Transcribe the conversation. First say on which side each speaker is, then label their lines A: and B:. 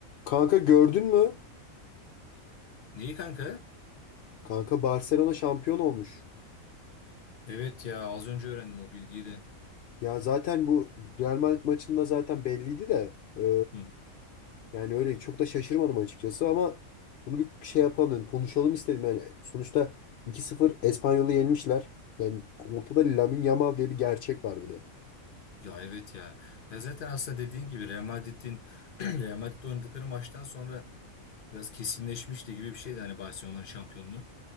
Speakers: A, on the left; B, on the left.
A: Kanka gördün mü?
B: Neyi kanka?
A: Kanka Barcelona şampiyon olmuş.
B: Evet ya az önce öğrendim o bilgiyi de.
A: Ya zaten bu Real Madrid maçında zaten belliydi de. e,
B: Hı.
A: yani öyle çok da şaşırmadım açıkçası ama bunu bir şey yapalım, dedim. konuşalım istedim. Yani sonuçta 2-0 Espanyol'u yenmişler. Yani ortada Lamine Yamal diye bir gerçek var bir de.
B: Ya evet ya. Ya zaten aslında dediğin gibi Real Madrid'in <clears throat> Real Madrid'le oynadıkları maçtan sonra Biraz kesinleşmişti gibi bir şeydi hani Barcelona'nın şampiyonluğu.